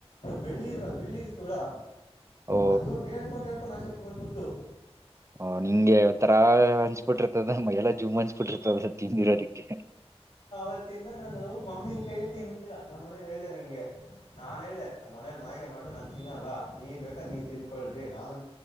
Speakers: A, on the left; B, on the right.
A: ಬೆಳ್ಳಿಡ ಬೆಳ್ಳಿಗಿತ್ತು ಕೂಡ
B: ಓ
A: ಅದು ನೇಡ್ಕೊಂಡು ನೇಡ್ಕೊಂಡ್ ಆಚೆ ಹಂದ್ಬಿಡ್ತು
B: ಹ ನಿಂಗೆ ಅವ ತರಾ ಅಂಚ್ಬಿಟ್ಟಿರ್ತದ ಮೆಲ್ಲ ಜುಮ್ ಹಂಚ್ಬಿಟ್ಟಿರ್ತದ ತಿಂದಿರೋದಕ್ಕೆ
A: ಆತ್ತಿಂದ ನಾನು ಮಾಹಿಕಯೇ ತಿಿಂದಿಲ್ಲ ನಮ್ಮ ಮನೇ ಹೇಳ್ದೇನೆ ನಾನ್ ಹೇಳ್ದೆ ಮನೇಲಿ ಮಾವಿನಾ ಕಾಯಿ ಮಾಡಿದ್ರೆ ನಾನ್ ತಿನ್ನಲ್ಲ ನೀವ್ ಬೇಕಾದ್ರೆ ನೀವ್ ತಿನ್ಕೊಳ್ರಿ ನಾನ